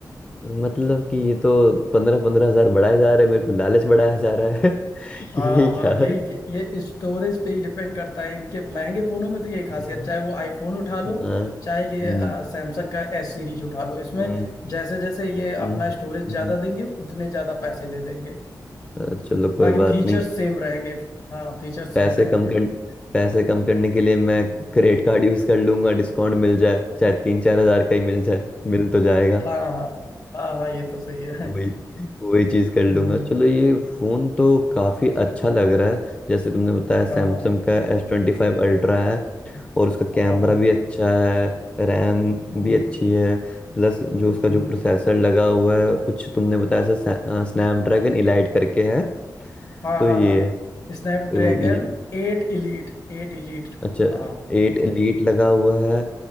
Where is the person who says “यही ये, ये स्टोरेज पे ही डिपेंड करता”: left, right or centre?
Left